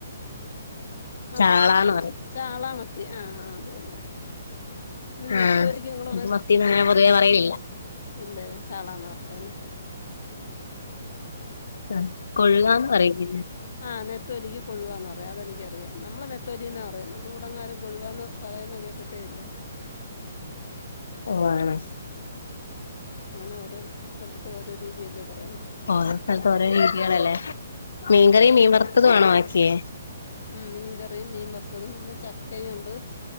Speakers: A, on the left (about 45°); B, on the left (about 70°).
A: മ
B: ചാളാന്ന് പറയും
A: ചാളാ മത്തി ആഹ് ആഹ് അത് തന്നെ. ഇന്ന്
B: ആ
A: നെത്തോലിക്ക് നിങ്ങൾ
B: മത്തിന്ന് അങ്ങനെ പൊതുവെ പറയാൽ ഇല്ല.
A: ഇല്ലേ ചാളാന്ന് മാത്രെ അല്ലെ ആഹ് ആഹ്
B: ആ കൊയ്യ്കന്ന് പറയും പിന്നെ
A: ആ നെത്തോലിക്ക് കൊഴുവാന്ന് പറയും അതെനിക്ക്‌ അറിയാം നമ്മളെ നെത്തോലിന്നാ പറയാ നമ്മൾ ഇടങ്ങാരും കൊഴുവാന്ന് പറയുന്ന കേട്ടിട്ടേ ഇല്ല.
B: ഓ ആണോ.
A: അങ്ങനെ ഓരോ തടത്തും ഓരോ രീതിയല്ലേ പറയുന്നെ
B: ഓരോ സ്ഥലത്ത് ഓരോ രീതികളല്ലേ മീൻകറിയും മീൻ വറുത്തത് ആണോ ആക്കിയേ.
A: ഉം മീൻ കറിയും മീൻ വറുത്തതും പിന്നെ ചക്കയും ഉണ്ട്.